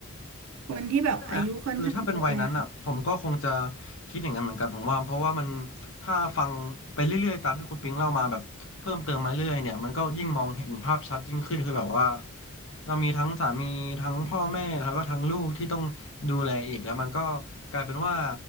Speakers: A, on the right; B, on the left.
A: คนที่แบบอายุค่อนข้างเยอะแล้ว
B: ใช่ไหมคือถ้าเป็นวัยนั้นอ่ะผมก็คงจะคิดอย่างนั้นเหมือนกันผมว่าเพราะว่ามันถ้าฟังไปเรื่อยๆตามที่คุณปิงเล่ามาแบบเพิ่มเติมมาเรื่อยๆเนี่ยมันก็ยิ่งมองเห็นภาพชัดยิ่งขึ้นคือแบบว่าเรามีทั้งสามีทั้งพ่อแม่แล้วก็ทั้งลูกที่ต้องดูแลอีกแล้วมันก็กลายเป็นว่า